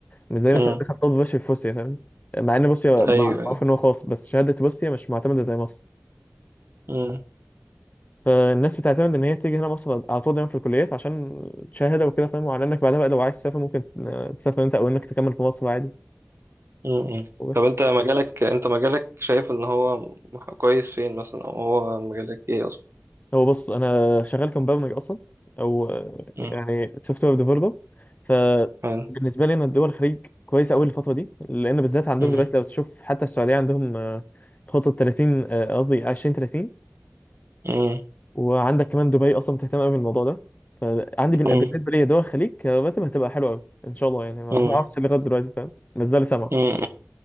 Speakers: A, on the left (about 30°); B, on the right (about 55°).
A: مش زي
B: مم.
A: مثلا دخل طب بشري في روسيا فاهمني مع ان روسيا مع-
B: ايوه ايوه
A: معروف ان هو خاص بس شهاده روسيا مش معتمده زي مصر
B: مم.
A: فالناس بتعتمد ان هي تيجي هنا مصر على طول دايما في الكليات عشان شهاده وكده فاهم وعلى انك بعدها بقى لو عايز تسافر ممكن تسافر انت او انك تكمل في مصر عادي
B: مم.
A: وبس
B: طب انت مجالك انت مجالك شايف ان هو كويس فين مثلا او هو مجالك ايه اصلا
A: هو بص انا شغال كمبرمج اصلا او آه، يعني
B: مم.
A: سوفت وير ديفلوبر فبالنسبه
B: حلو.
A: لي انا الدول الخليج كويسه قوي الفتره دي لان بالذات عندهم
B: مم.
A: دلوقتي لو تشوف حتى السعوديه عندهم آه، خطه 30 آه، قصدي 20 30
B: مم.
A: وعندك كمان دبي اصلا بتهتم قوي بالموضوع ده فعندي بن-
B: مم.
A: بالنسبه لي دول الخليج كراتب هتبقى حلوه قوي ان شاء الله يعني <laughs> ما
B: مم.
A: ما اعرفش لغايه دلوقتي فاهم ما زال سامع
B: مم.